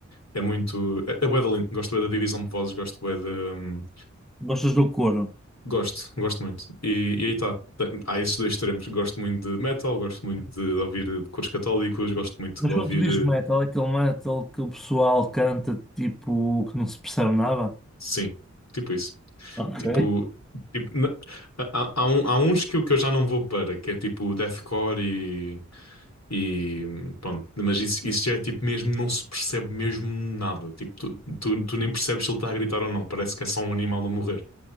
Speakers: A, on the left (about 65°); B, in the centre.
A: É muito. É, é bué da lindo, gosto bué da divisão de vozes, gosto bué da. hum,
B: Gostas do Coro?
A: gosto, gosto muito. E, e aí está. Há esses dois extremos. Gosto muito de metal, gosto muito de ouvir cores católicos, gosto muito
B: Mas
A: de ouvir.
B: quando tu dizes metal,
A: eh,
B: é aquele metal que o pessoal canta tipo que não se percebe nada.
A: Sim, tipo isso.
B: Ok.
A: Tipo. Tipo, na- há, há, há um- há uns que eu, que eu já não vou para, que é tipo deathcore E pronto, mas isso, isso já é tipo mesmo, não se percebe mesmo nada. Tipo, tu, tu, tu nem percebes se ele está a gritar ou não. Parece que é só um animal a morrer.